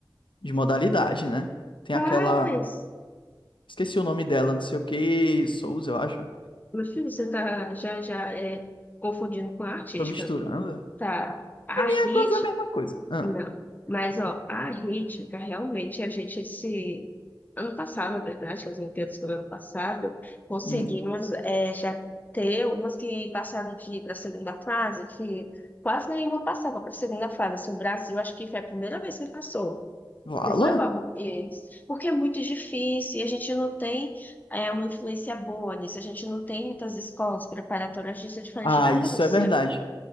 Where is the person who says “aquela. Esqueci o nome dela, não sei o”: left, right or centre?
Left